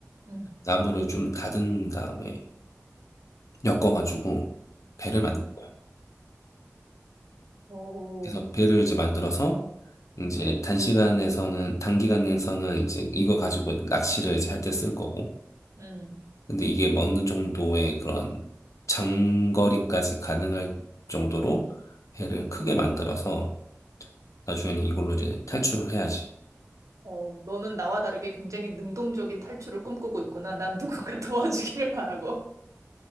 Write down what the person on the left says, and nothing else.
나무를 좀 다듬은 다음에 엮어가지고 배를
만든 거야.
그래서 배를 이제 만들어서
이제 단시간에서는 단기간에서는 이제 이거 가지고 낚시를 이제 할 때 쓸 거고
근데 이게 뭐 어느 정도의 그런 장거리까지 가능할 정도로 배를 크게 만들어서 나중에는 이걸로 이제 탈출을 해야지.